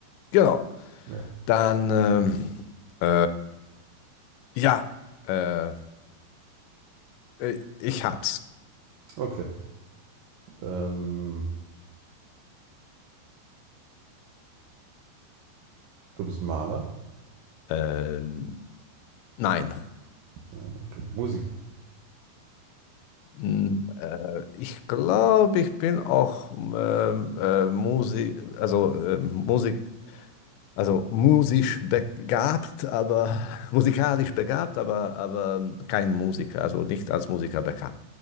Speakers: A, on the left; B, on the right.
A: genau.
B: Ja.
A: Dann ähm, äh, ja, äh, äh, ich hab's.
B: Okay, ähm, du bist Maler?
A: Ähm, nein,
B: Nein, okay, Musiker.
A: Mm, äh, ich glaube, ich bin auch ähm, äh, Musik, also äh, Musik, also musisch begabt, aber <laughs> musikalisch begabt, aber aber kein Musiker, also nicht als Musiker bekannt.